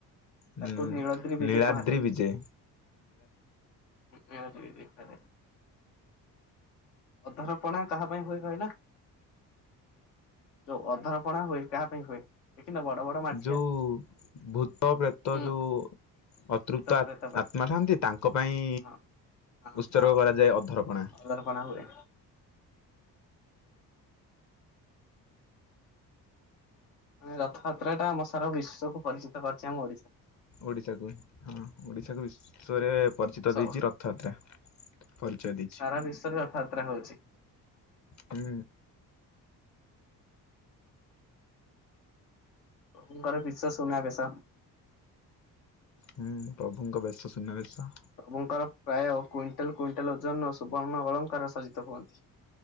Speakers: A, on the left; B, on the left.
A: ତାକୁ
B: ହୁଁ
A: ନୀଳଦ୍ରି ବିଜେ
B: ନୀଳାଦ୍ରି
A: କୁହାଯାଏ,
B: ବିଜେ
A: ନୀଳାଦ୍ରୀ ବିଜେ କୁହାଯାଏ। ଅଧରପଣା କାହା ପାଇଁ ହୁଏ କହିଲ? ଯୋଉ ଅଧରପଣା ହୁଏ, କାହା ପାଇଁ ହୁଏ? ଦେଖିନ ବଡ ବଡ ମାଠିଆ?
B: ଯୋଉ ଭୂତ, ପ୍ରେତ ତ
A: ହୁଁ
B: ଯୋଉ ଅତୃପ୍ତ
A: ଭୂତ ପ୍ରେତ ପାଇଁ।
B: ଆତ୍ମା ଥାଆନ୍ତି, ତାଙ୍କ ପାଇଁ
A: ହଁ ହଁ
B: ଉତ୍ସର୍ଗ
A: ହଁ
B: କରାଯାଏ ଅଧରପଣା।
A: ଅଧରପଣା ହୁଏ। ମାନେ ରଥଯାତ୍ରା ଟା ଆମ ସାରା ବିଶ୍ୱକୁୁ ପରିଚିତ କରିଚି ଆମ ଓଡିଶା।
B: ଓଡ଼ିଶାକୁ, ହଁ ଓଡ଼ିଶାକୁ ବିଶ୍ଵରେ ପରିଚିତ
A: ସବୁ
B: ଦେଇଚି ରଥଯାତ୍ରା, ପରିଚୟ ଦେଇଚି।
A: ସାରା ବିଶ୍ୱରେ ର ରଥଯାତ୍ରା ହଉଚି।
B: ହୁଁ।
A: ପ୍ରଭୁଙ୍କର ବିଶ୍ୱ ସୁନାବେଶ।
B: ହୁଁ, ପ୍ରଭୁଙ୍କ ବେଶ ସୁନା ବେଶ।
A: ପ୍ରଭଙ୍କର ପ୍ରାୟ କୁଇଣ୍ଟାଲ କୁଇଣ୍ଟାଲ ଓଜନ ସୁବର୍ଣ୍ଣ ଅଳଙ୍କାର ସଜିତ ହୁଅନ୍ତି।